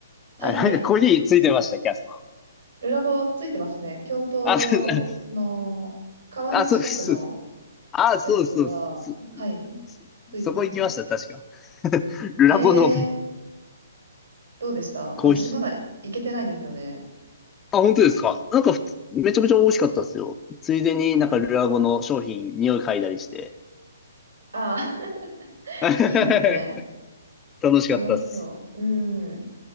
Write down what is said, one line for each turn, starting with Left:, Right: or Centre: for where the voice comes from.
Right: はいはい。
Left: あ、なんかコーヒーついてました、キャス
Right: ルラボついてますね。京都の川の近くの
Left: あ、そうです。あ、そうです。そうですあ、
Right: やつは、
Left: そうですそうですそそ
Right: はい、ついてますね。
Left: そこ行きました、確か。<laughs> ルラボの
Right: ええー、どうでした私まだ行けてないんですよね。
Left: コーヒーあ、本当ですか。なんかふつ、めちゃくちゃ美味しかったですよ。ついでになんかルアゴの商品、匂い嗅いだりして。
Right: ああ、<laughs>
Left: <laughs> 楽
Right: いいですね。
Left: しかったっす。
Right: 楽しそう。うん。